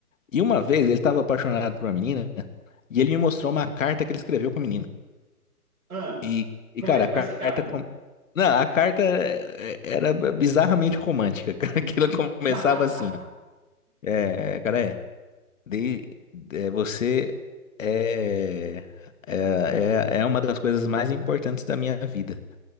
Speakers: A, on the left; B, on the right.
A: E uma vez ele estava apaixonado por uma menina e ele me mostrou uma carta que ele escreveu pra menina.
B: <laughs> ah,
A: E, e
B: como
A: cara,
B: é que
A: a
B: foi
A: carta.
B: essa carta?
A: com- Não, a carta eh, era bizarramente romântica, cara, <laughs> que ela começava
B: <laughs>
A: assim, ó. É, cara, é. De, é, você é, é, é é uma das coisas mais importantes da minha vida.